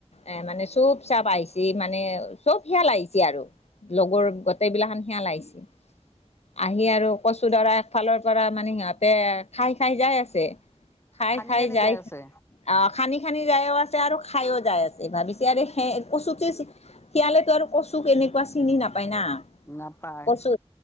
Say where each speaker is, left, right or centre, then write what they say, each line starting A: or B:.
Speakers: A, on the left (about 85°); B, on the left (about 25°).
A: এ মানে চুপ-চাপ আহিছে মানে চব শিয়াল আহিছে। আৰু লগৰ গোটেই বিলাখান শিয়াল আহিছে। আহি আৰু কচু দৰা এফালৰ পৰা মানে সিহঁতে খাই খাই যায় আছে। খাই
B: সানি
A: খাই
B: সানি
A: যায়
B: যাই আছে
A: অ খানি-খানি যায়ও আছে আৰু খাইও যাই আছে ভাবিছে আৰু সে কচুটো শিয়ালেতো আৰু কচু কেনেকুৱা চিনি নাপায় না।
B: নাপায়
A: কচু